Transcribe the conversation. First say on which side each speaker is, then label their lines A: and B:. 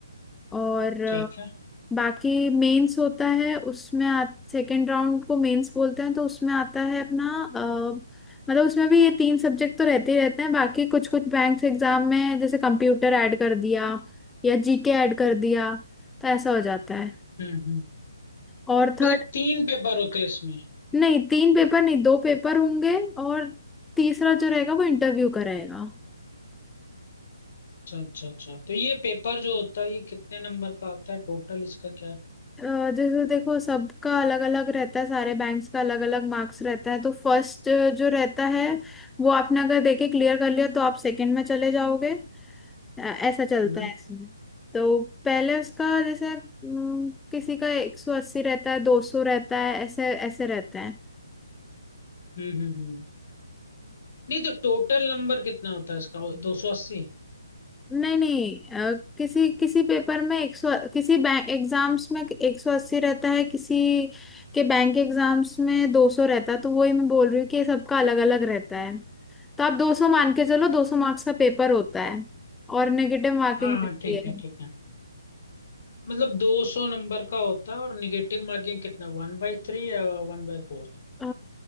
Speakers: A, in the centre; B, on the left.
A: और अ,
B: ठीक है
A: बाकी मेंस होता है उसमें आ, सेकेंड राउंड को मेंस बोलते हैं तो उसमें आता है अपना अ, मतलब उसमें भी ये तीन सब्जेक्ट तो रहते ही रहते हैं बाकी कुछ कुछ बैंक्स एग्जाम में जैसे कंप्यूटर ऐड कर दिया या जीके ऐड कर दिया तो ऐसा हो जाता है
B: हम्म हम्म
A: और थर्ड
B: मतलब तीन पेपर होते हैं इसमें
A: नहीं तीन पेपर नहीं दो पेपर होंगे और तीसरा जो रहेगा वो इंटरव्यू का रहेगा
B: अच्छा अच्छा अच्छा तो ये पेपर जो होता है ये कितने नंबर का आता है टोटल इसका क्या है
A: अ, जैसे देखो सबका अलग अलग रहता है सारे बैंक्स का अलग अलग मार्क्स रहता है तो फर्स्ट जो रहता है वो आपने अगर देखे क्लियर कर लिया तो आप सेकंड में चले जाओगे अ, ऐसा चलता
B: हम्म
A: है इसमें तो पहले उसका जैसे हम्म, किसी का एक सौ अस्सी रहता है दो सौ रहता है ऐसे ऐसे रहता है
B: हम्म हम्म हम्म। नहीं तो टोटल नंबर कितना होता है इसका दो सौ अस्सी
A: नहीं नहीं अ, किसी किसी पेपर में एक सौ किसी बैंक एग्जाम्स में एक सौ अस्सी रहता है किसी के बैंक एग्जाम्स में दो सौ रहता है तो वही मैं बोल रही हूँ कि सबका अलग अलग रहता है तो आप दो सौ मान के चलो दो सौ मार्क्स का पेपर होता है और नेगेटिव मार्किंग
B: हाँ हाँ
A: रहती
B: ठीक
A: है
B: है ठीक है मतलब दो सौ नंबर का होता है और निगेटिव मार्किंग कितना वन बाई थ्री या वन बाई फोर
A: अ,